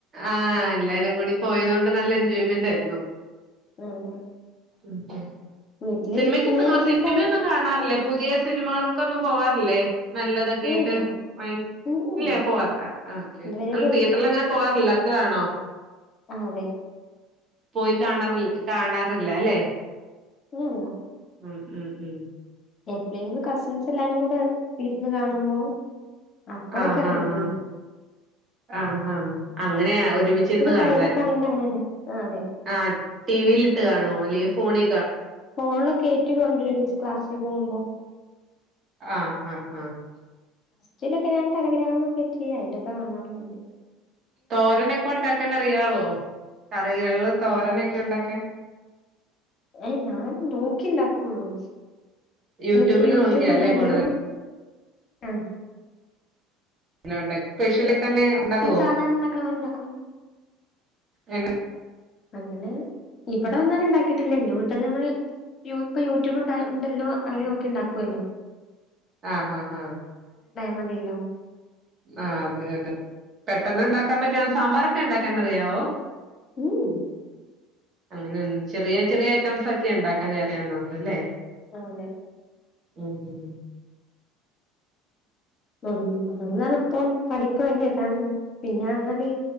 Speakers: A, on the right (about 45°); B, on the left (about 45°).
A: ആഹ് എല്ലാരും കൂടി പോയതുകൊണ്ട് നല്ലെൻജോയ്മെന്റായ്രുന്നു
B: ആഹ് അതെ
A: <unintelligible>
B: വീട്ടിലിരിക്കുന്ന
A: സിനിമയ്‌ക്കൊന്നും ഇങ് സിനിമയൊന്നും
B: ട്ടാ
A: കാണാറില്ലെ? പുതിയ സിനിമകൾക്കൊന്നും പോകാറില്ലേ? നല്ലതൊക്കെ
B: ഏ
A: ഇട്ട്.
B: ഇല്ല
A: <unintelligible>
B: ഉം ഉം
A: ഇല്ലേ പോവാറില്ലാ ആഹ് ഓക്കെയോക്കെ
B: ഇതുവരെ
A: <unintelligible> തീയറ്ററിലങ്ങനെ പോവാറില്ലാ ത്തതാണോ
B: ആഹ് അതെ
A: പോയി കാണാറിൽ കാണാറില്ല അല്ലേ.
B: <unintelligible>
A: ഉം ഉം ഉം
B: എപ്ളെങ്കിലും കസിൻസ് എല്ലാരും കൂടെ ഇരുന്നു കാണുമ്പോ അപ്പൊഴൊക്കെ
A: ആഹ്
B: കാണൊള്ളു.
A: ആഹ് ആഹ് ആഹ് ഹാ അങ്ങനെയാ ഒരുമിച്ചിരുന്നു കാണലാലേ
B: പഴയതൊക്കെ ആണെങ്കിലും അങ്ങനെ തന്നെ ആ അതെ
A: ആഹ് ടി വി ലിട്ട് കാണോ അല്ലെങ്കി ഫോണി
B: ഫോൺ ലൊക്കെ ഏറ്റികൊണ്ടരും ക്ലാസ്സിന് പോകുമ്പം
A: ആഹ് ആ ആഹ്
B: തിനൊക്കെ ഞാൻ ടെലിഗ്രാം റ്റി അയ്ലൊക്കെ കാണാ ടൊമേന്
A: തോരനൊക്കെ ഉണ്ടാക്കാൻ അറിയാവോ അറിയോ എള്ള് തോരനൊക്കെ ഉണ്ടാക്കാൻ
B: എ ഞാൻ നോക്കി ണ്ടാക്കൊള്ളു
A: യൂട്യൂബില്
B: പ്പ യൂട്യൂബ്
A: നോക്കിയാല്ലേ
B: ണ്ടല്ലോ
A: കൂടുതലും
B: ആഹ്
A: ന ണ്ടക് പെഷ്യലി തന്നെ ഉണ്ടവൊ
B: സാധാരണ ഉണ്ടാക്കണ പോലെ ഉണ്ടാക്കും
A: എന
B: അങ്ങനെ ഇവടെങ്ങനെ ഇണ്ടാക്കിട്ടില്ല ഇഞ് വീട്ട്ന്ന് മ്മള് യു ഇപ്പ യൂറ്റുബ്ണ്ടല്ലോ അയില് നോക്കി ണ്ടാക്കാല്ലോ
A: ആഹ് ആഹ് ആഹ്
B: മതിയല്ലോ
A: ആഹ അതെ അതെ പെട്ടന്ന് ണ്ടാക്കാൻ അറിയാവുന്ന സാമ്പാറൊക്കെ ഇണ്ടാക്കാൻ അറിയാവോ
B: ഉം
A: അങ്ങനെ ചെറിയ ചെറിയ ഐറ്റംസൊക്കെ ഇണ്ടാക്കാൻ അറിയാവുന്നുള്ളു ലെ
B: ആഹ് അതെ
A: ഉം ഉം
B: ഉം ഒന്നാമത് ഇപ്പം പഠിപ്പ് കഴിഞ്ഞിട്ടാണ് പിന്നെ പറഞ്ഞാല്